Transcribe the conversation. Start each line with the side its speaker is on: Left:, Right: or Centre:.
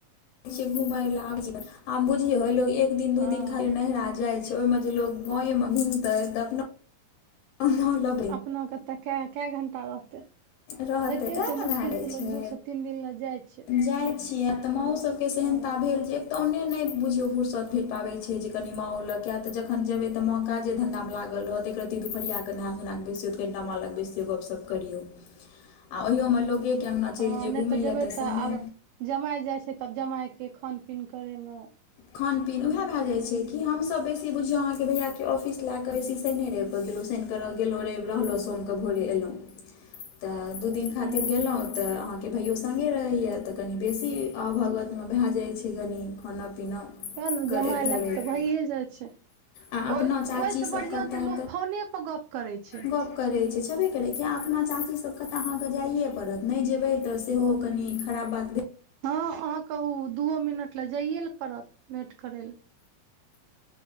Left: छीयै घूमय ले आब आ बुझियोे लोग एक दिन दू
Right: हँ
Left: दिन खाली नैहरा जाय छै छै ओय मे जे लोग गाए मे घुमतै तै अपना अहां लग
Right: अपना कतय कै-कै घण्टा रहतै।
Left: रहतै
Right: होइते
Left: ते न
Right: छै मुश्किल
Left: धारे
Right: से लोग
Left: छै,
Right: दू से तीन दिन लए जाइ छै
Left: जाइ छियै आब तऽ मांओ सब के सेहेनता
Right: हँ
Left: भेल जे तहने नय बुझियौ फुर्सत भेट पाबै छै, जे कनि माँ ओ लग किये त जखन जेबै तऽ माँ काजे धंधा में लागल रहतै। रति दुपहरिया क नहा सुना क बैसियो, त कनिता मां लग बैसयौ, गप सप करियौ आ ओहियो मे लोग एक अंगना
Right: हँ
Left: चलि जेबे
Right: नहि
Left: घुमय
Right: जेबै
Left: ले तऽ समय
Right: आब जमाइ जाइ छै, तब जमाय के खान पीन करै मे।
Left: खान पीन वैह भे जाइ छै। कि हमसब बेसी बुझियौ, अहाँ के भैया के ऑफिस ले कऽ बेसी शइने रवि कऽ गेलहुँ, शनिकऽ रह गेलहुँ रवि रहलहु सोम क‌ भोरे ऐलोंह, त दु दिन खातिर
Right: हँ
Left: गेलु त अहां के भैयो संगे रहैया, तऽ कनि बेसी आउ भगत में भे जाइ छै, कनी खाना- पीना
Right: तें न
Left: करैत
Right: जमाइ
Left: धरैत
Right: ले कऽ तऽ भइये जाइ छै।
Left: आ अपना
Right: ओय
Left: चाचीसभ
Right: ओहिसँ बढ़िआँ
Left: कतय
Right: तऽ लोक फोने पर गप करै छै।
Left: गप्प करै छै, छेबे करै कि अपना चाची सबके तऽ अहाँ के जाइये परत। नहि जेबै तऽ, सेहो कनी खराब बात भे
Right: हँ अहाँके उ दूओ मिनट ले जाइए ले पड़त भेट करय ले।